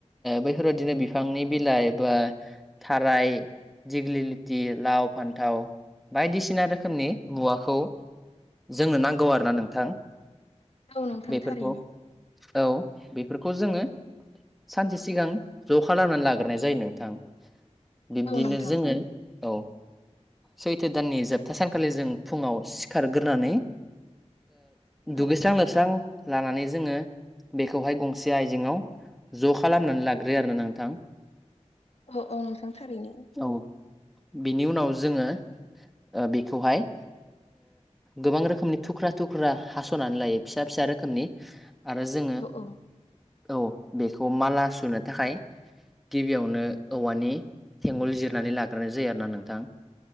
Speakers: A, in the centre; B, on the left.
A: बैफोरबायदिनो बिफांनि बिलाइ बा थाराय दिग्लिलिथि लाव फान्थाव बायदिसिना रोखोम रोखोमनि मुवाखौ जोंनो नांगौ आरोना नोंथां
B: औ नोंथां
A: बेफोरखौ
B: थारैनो
A: औ बेफोरखौ जोंङो सानसे सिगां ज' खालामनानै लाग्रोनाय जायो नोंथां बिब्दिनो
B: औ नोंथां
A: जोङो औ सैथो दाननि जाबथा सानखालि जों फुंङाव सिखारग्रोनानै
B: औ
A: दुगैस्रां लोबस्रां लानानै जोंङो बेखौहाय गंसे आयजेेंआव ज' खालामनानै लाग्रोयो आरोना नोंथां
B: औ औ नोंथां थारैनो
A: औ बिनि उनाव जोंङो बेखौहाय गोबां रोखोमनि थुख्रा थुख्रा हास'नानै लायो फिसा फिसा रोखोमनि आरो जोंङो
B: औ औ
A: औ बेखौ माला सुनो थाखाय गिबियावनो औवानि थेंगल जिरनानै लाग्रोनाय जायो आरो ना नोंथां